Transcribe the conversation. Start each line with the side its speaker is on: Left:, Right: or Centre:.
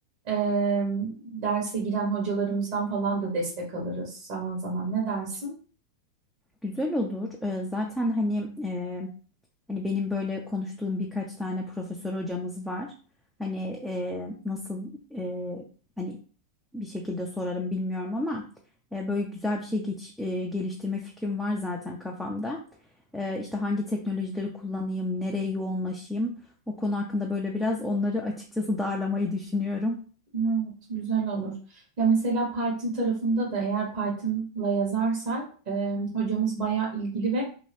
Right: eee, derse giren hocalarımızdan falan da destek alırız zaman zaman. Ne dersin?
Centre: Güzel olur. E, zaten hani e, hani benim böyle konuştuğum birkaç tane profesör hocamız var. Hani e, nasıl e, hani bir şekilde sorarım bilmiyorum ama e, böyle güzel bir şey geç- e, geliştirme fikrim var zaten kafamda. E, işte hangi teknolojileri kullanayım, nereye yoğunlaşayım o konu hakkında böyle biraz onları açıkçası darlamayı düşünüyorum.
Right: Evet, güzel olur. Ya mesela Python tarafında da eğer Python'la yazarsak eee, hocamız bayağı ilgili ve